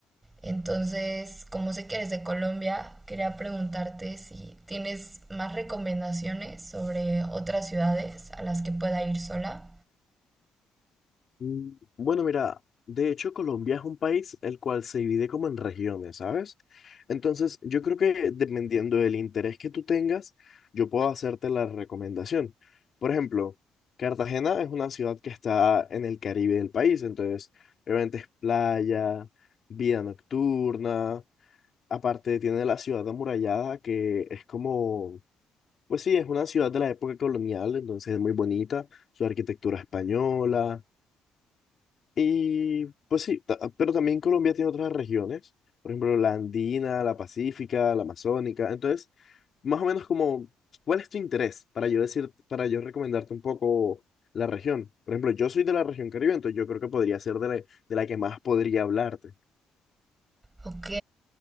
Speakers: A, on the right; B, on the left.
A: Entonces, como sé que eres de Colombia, quería preguntarte si tienes más recomendaciones sobre otras ciudades a las que pueda ir sola.
B: mm, bueno, mira, de hecho Colombia es un país el cual se divide como en regiones, ¿sabes? Entonces, yo creo que dependiendo del interés que tú tengas, yo puedo hacerte la recomendación. Por ejemplo, Cartagena es una ciudad que está en el Caribe del país, entonces, obviamente es playa, vida nocturna, aparte tiene la ciudad amurallada que es como Pues sí, es una ciudad de la época colonial, entonces es muy bonita, su arquitectura española. Y pues sí, ta- pero también Colombia tiene otras regiones, por ejemplo, la andina, la pacífica, la amazónica. Entonces, más o menos como, ¿cuál es tu interés para yo decir, para yo recomendarte un poco la región? Por ejemplo, yo soy de la región Caribe, entonces yo creo que podría ser de la, de la que más podría hablarte.
A: Ok.